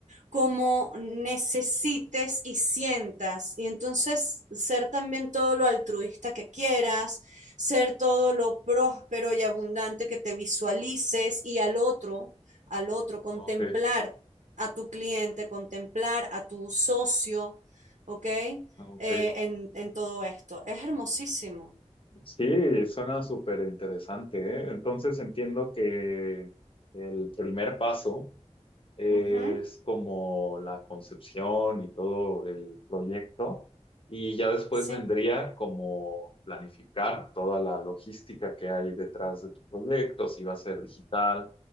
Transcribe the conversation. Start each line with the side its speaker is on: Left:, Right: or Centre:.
Right: como necesites y sientas. Y entonces ser también todo lo altruista que quieras, ser todo lo próspero y abundante que te visualices y al otro, al otro, contemplar
Left: Ok,
Right: a tu cliente, contemplar a tu socio, ¿ok? Eh,
Left: ok.
Right: en, en, todo esto. Es hermosísimo.
Left: Sí, suena súper interesante, ¿eh? Entonces entiendo que el primer paso. es
Right: Uh -huh.
Left: como la concepción y todo el proyecto, y ya después
Right: Sí,
Left: vendría como planificar toda la logística que hay detrás de tu proyecto, si va a ser digital,